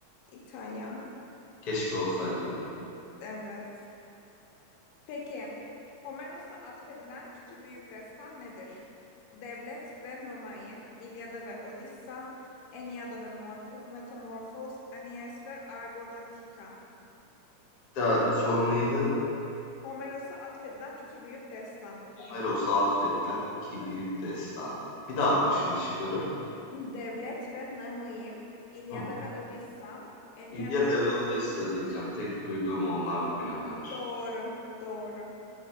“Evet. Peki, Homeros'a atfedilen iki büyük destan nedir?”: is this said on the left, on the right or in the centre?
Left